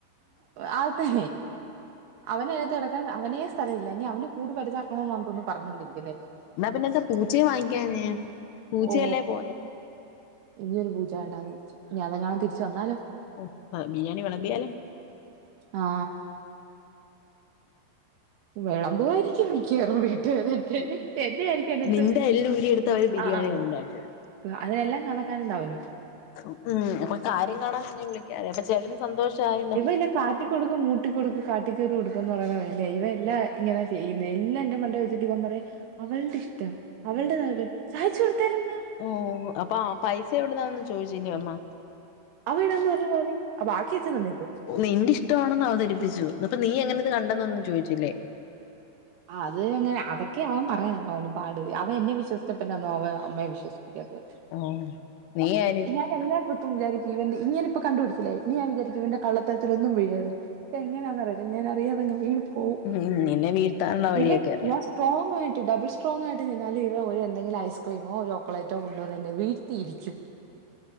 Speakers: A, on the right; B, on the left.
A: ആ അതെ അവനയിനത്ത് കിടക്കാൻ അവനെ സ്ഥലവില്ല ഇനി അവനു കൂട് വലുതാക്കണൊന്നാൻതോന്ന് പറഞ്ഞോണ്ടിരിക്കുന്നെ
B: എന്നാ പിന്നെ എന്താ പൂച്ചയെ വാങ്ങിക്കാഞ്ഞേ
A: ഇപ്പൊ
B: പൂച്ചയല്ലേ
A: ഓ
B: പോയെ
A: ഇനി ഒരു പൂച്ച വേണ്ടാന്ന് വെച്ചു. ഇനി അതെങ്ങാനും തിരിച്ചു വന്നാലോ?
B: ആ ബിരിയാണി വിളമ്പിയാല്-
A: ആ വിളമ്പൂആയിരിക്കും മിക്കവാറും വീട്ടുകാരെന്റെ ത്തെന്നെയായിരിക്കും എന്നത്ത്
B: നിന്റെ എല്ല് ഊരിയെടുത്ത് അവര് ബിരിയാണി
A: ആ ആ
B: ഉണ്ടാക്കും
A: അതെല്ലം കണ ക്കൽണ്ടാവേനും
B: ഉം അപ്പൊ കാര്യം കാണാൻ എന്നെ വിളിക്കാറ് അപ്പൊ ചേട്ടന് സന്തോഷായല്ലോ
A: ഇപ്പൊ ഇല്ല കാട്ടികൊടുക്കും മൂട്ടികൊടുക്കും കാട്ടിക്കേറോട് ഇപ്പന്ന് പറയുന്ന വേലെയാ ഇവ എല്ലാ ഇങ്ങന ചെയ്യുന്നെ എല്ലാ എന്റെ മണ്ടെ വെച്ചിട്ട് ഇവൻ പറയും അവളുടെ ഇഷ് അവളുടെ നേ സാധിച്ചു കൊടുത്തലെന്താ
B: ഓ അപ്പൊ ആ പൈസ എവിടുന്നാന്ന് ചോദിച്ചില്ലേ അമ്മ
A: അവൻ ഇടാന്ന് പറഞ്ഞ പാതി അ ബാക്കി അച്ഛൻ തന്നേക്ക്
B: നിന്റെ ഇഷ്ടമാണെന്ന് അവതരിപ്പിച്ചു അപ്പൊ നീ എങ്ങനെ കണ്ടെന്നൊന്നും ചോദിച്ചില്ലേ?
A: അത് എങ്ങനെ അതൊക്കെയ അവൻ പറയ അവന് പാട് അവ എന്നെ വിശ്വസിച്ചപിന്നാണോ അവ അമ്മേവിശ്വസി-
B: ഓ നീ ആര്
A: ഞാൻ എല്ലാ ട്രിപ്പും വിചാരിക്കും ഈവൻ ഇങ്ങന- പ്പോ കണ്ടപിടിച്ചില്ലേ ഇനി ഞാൻ വിചാരിക്കു ഇവന്റെ- കള്ളത്തരത്തിലൊന്നും വീഴരുന്നു പക്ഷെ എങ്ങനാന് അറിയത്തി ഞാന അറിയതങ്ങ വീണു- പോവും
B: ഉം നിന്നെ വീഴ്ത്താനുള്ള വഴിയൊക്കെ
A: ഇവൻ
B: അറിയാം
A: ഞാൻ സ്ട്രോങ്ങ്‌ ആയിട്ട്- ഡബിൾ സ്ട്രോങ് ആയിട്ട് നിന്നാലും ഇവ ഒരു എന്തെങ്കിലും ഐസ്ക്രീമോ ചോക്ലേറ്റോ കൊണ്ടുവന്ന്, എന്നെ വീഴത്തിരിക്കും.